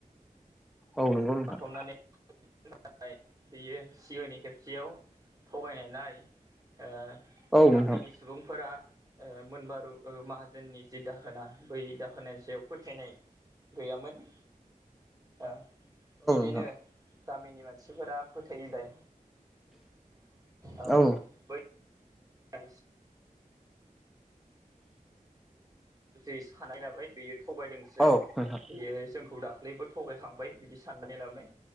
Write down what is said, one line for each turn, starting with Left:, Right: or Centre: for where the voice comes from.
Centre: औ नोंथां औ नंगौ नोंथां
Right: बाखावनानै <unintelligible> बियो सिगांनि खेबसेयाव थगायनाय नाय ओ
Centre: औ नोंथां
Right: गामिनि
Centre: औ
Right: सुबुंफोरा ओ मोनबारु माहाजोननि जि दाहोना बै दाहोनायनि सायाव फोथायनाय गैयामोन। ओ बिदिनो
Centre: नोंथां
Right: गामिनि मानसिफोरा फोथायैलाय ओ
Centre: औ
Right: बै <inaudible> जि सानाय लाबाय बेयो थगायदोंसो
Centre: औ नोंथां
Right: बेयो जोंखौ दाख्लैबो थगायखांबाय बिदि साननानै लाबाय